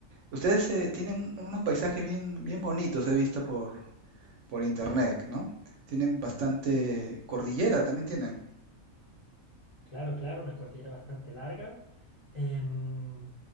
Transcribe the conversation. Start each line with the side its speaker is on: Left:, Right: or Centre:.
Right: Ustedes eh, tienen un- unos paisajes bien, bien bonitos, he visto por, por internet, ¿no? Tienen bastante cordillera, también tienen.
Left: Claro, claro, una cordillera bastante larga. Em,